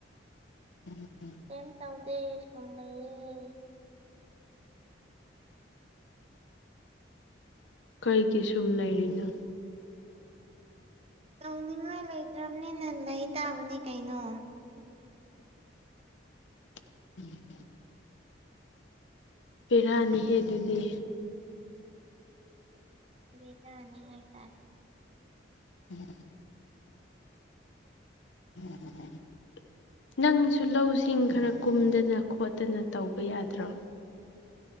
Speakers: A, on the left (about 75°); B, on the right (about 30°).
A: <inaudible>
B: ꯀꯩꯝ ꯇꯧꯗꯦ ꯁꯨꯝ ꯂꯩꯌꯦ
A: ꯀꯩꯒꯤ ꯁꯨꯝ ꯂꯩꯔꯤꯅꯣ
B: ꯇꯧꯅꯤꯡꯉꯥꯏ ꯂꯩꯇ꯭ꯔꯕꯅꯤ ꯅꯩ ꯇꯥꯕꯅꯤ ꯀꯩꯅꯣ
A: <inaudible> ꯄꯦꯔꯥꯅꯤꯍꯦ ꯗꯨꯗꯤ
B: ꯕ‌ꯦꯔꯥꯅꯤ ꯍꯥꯏ ꯇꯥꯔꯦꯅ‌ꯦ
A: <inaudible> <inaudible> ꯅꯪꯁꯨ ꯂꯧꯁꯤꯡ ꯈꯔ ꯀꯨꯝꯗꯅ ꯈꯣꯠꯇꯅ ꯇꯧꯕ ꯌꯥꯗ꯭ꯔꯣ